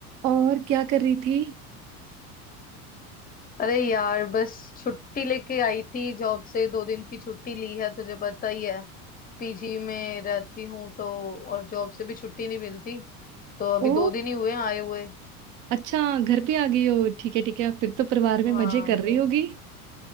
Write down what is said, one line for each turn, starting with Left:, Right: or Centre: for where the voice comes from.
Right: और क्या कर रही थी
Left: अरे यार बस छुट्टी लेके आई थी जॉब से दो दिन की छुट्टी ली है तुझे पता ही है पीजी में रहती हूँ तो और जॉब से भी छुट्टी नहीं मिलती तो अभी
Right: ओ
Left: दो दिन ही हुए हैं आए हुए
Right: अच्छा घर पे आ गई हो ठीक है ठीक है फिर तो परिवार में
Left: हाँ
Right: मजे कर
Left: गई
Right: रही होगी